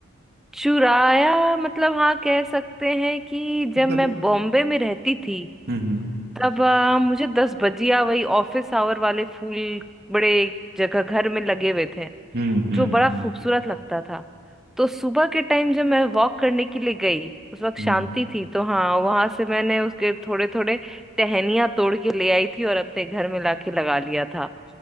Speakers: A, in the centre; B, on the right.
A: चुराया मतलब हाँ कह सकते हैं कि
B: मतलब
A: जब मैं बॉम्बे में रहती थी
B: हम्म हम्म।
A: तब आ, मुझे दस बजिया वही ऑफिस आवर वाले फूल बड़े जगह घर में लगे हुए थे
B: हम्म हम्म
A: जो
B: हम्म
A: बड़ा खूबसूरत लगता था तो सुबह के टाइम जब मैं वॉक करने के लिए गई उस वक्त
B: हम्म।
A: शांति थी तो हाँ वहां से मैंने उसके थोड़े थोड़े टहनियां तोड़ के ले आई थी और अपने घर में लाके लगा लिया था